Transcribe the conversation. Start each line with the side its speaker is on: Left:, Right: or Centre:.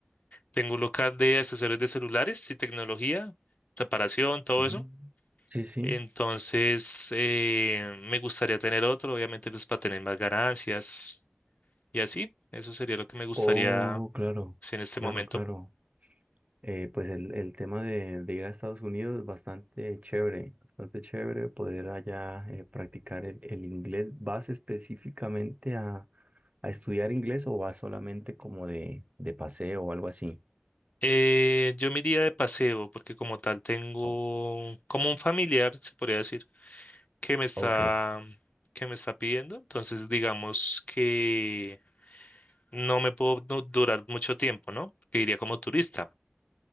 Left: Tengo un local de accesorios de celulares y tecnología, reparación, todo
Right: Mm,
Left: eso.
Right: Sí, sí.
Left: Entonces, eh, me gustaría tener otro, obviamente, pues para tener más ganancias y así. Eso sería lo que me gustaría,
Right: Oh, claro,
Left: si en este
Right: claro,
Left: momento.
Right: claro. Eh, pues el, el tema de, de ir a Estados Unidos es bastante chévere, bastante chévere poder allá eh, practicar el, el inglés. ¿Vas específicamente a, a estudiar inglés o vas solamente como de, de paseo o algo así?
Left: Eh, yo me iría de paseo porque como tal tengo
Right: O-
Left: como un familiar, se podría decir, que me está,
Right: ok.
Left: que me está pidiendo. Entonces digamos que no me puedo no durar mucho tiempo, ¿no? Que iría como turista.